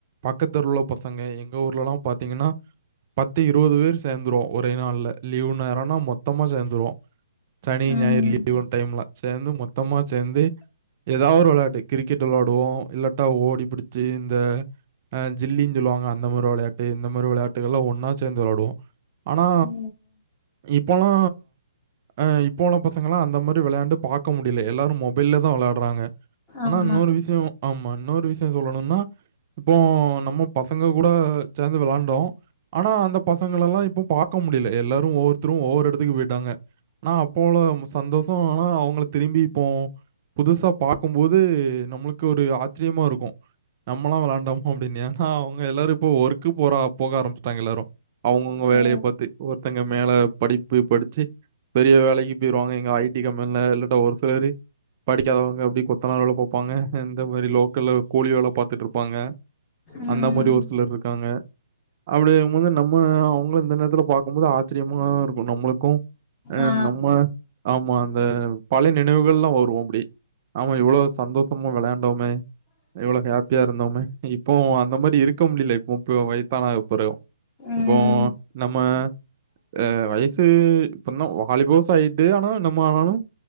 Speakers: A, on the right; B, on the left.
A: பக்கத் தெருள்ள பசங்க எங்க ஊ ஊர்லலாம் பாத்தீங்கன்னா பத்து இருவது பேர் சேர்ந்துருவோம் ஒரே நாள்ல லீவ் நேரம்னா மொத்தமா சேர்ந்துருவோம் சனி
B: ம்
A: ஞாயிறு லீவு டைம்ல சேர்ந்து மொத்தமா சேர்ந்து ஏதாவ டோலாட்டு கிரிக்கெட் விலாடுவோம் இல்லாட்டா ஓடி பிடிச்சு இந்த ஆ ஜில்லின்னு சொல்லுவாங்க அந்த மாரி விளையாட்டு இந்த மாரி விளையாட்டுகள் எல்லாம் ஒன்னா சேர்ந்து விளாடுவோம் ஆனா
B: ஓ
A: இப்போலா ஆ இப்போ உள்ள பசங்களாம் அந்த மாரி விளையாண்டு பாக்க முடியல எல்லாரும் மொபைல்ல தா விளயாடுறாங்க ஆனா
B: ஆமா
A: இன்னொரு விஷயோ ஆமா இன்னொரு விஷயோ சொல்னா இப்போ நம்ம பசங்க கூட சேர்ந்து விளான்டோ ஆனா அந்த பசங்கள எல்லாம் இப்போ பாக்க முடியல எல்லாரும் ஒவ்வொருத்தரும் ஒவ்வொரு இடத்துக்கு போயிட்டாங்க னா அப்போயுள்ள சந்தோஷம் ஆனா அவங்கள திரும்பி இப்போ புதுசா பாக்கும்போது நம்மளுக்கு ஒரு ஆச்சிரியமா இருக்கும் நம்மளா விளாண்டாமா அப்படின்னு எனா அவங்க எல்லாரும் இப்போ ஒர்க்கு போற போக ஆரம்பச்சட்டாங்க எல்லாரும் அவங்கவுங்க வேலைய
B: ஓ
A: பாத்து ஒருத்தங்க மேல படிப்பு படிச்சு பெரிய வேலைக்கு பேயிருவாங்க எங்க ஐடி கம்பெனில இல்லட்டா ஒரு சிலரு படிக்காதவங்க அப்படி கொத்தனார் வேல பாப்பாங்க இந்த மாரி லோக்கல்ல கூலி வேல பாத்துட்டு இருப்பாங்க
B: ம்
A: அந்த மாரி ஒரு சிலர் இருக்காங்க அப்படிங்க போது நம்ம அவங்க இந்த நேரத்துல பாக்கும்போது ஆச்சிரியமா இருக்கும் நம்மளுக்கும் ம்
B: ஆ
A: நம்ம ஆமா அந்த பழைய நினைவுகள்லாம் வருவோம் அப்டி ஆமா இவ்வளவு சந்தோஷமா விளையாண்டோமே எவ்வளவு ஹாப்பியா இருந்தோமே இப்போ அந்த மாரி இருக்க முடியல இப்ப முப்ப வயசான அப்புறம்
B: ம்
A: இப்போ நம்ம ஆ வயசு இப்ப என்ன வாலிப வயசாய்ட்டு ஆனா நம்ம ஆனாலும்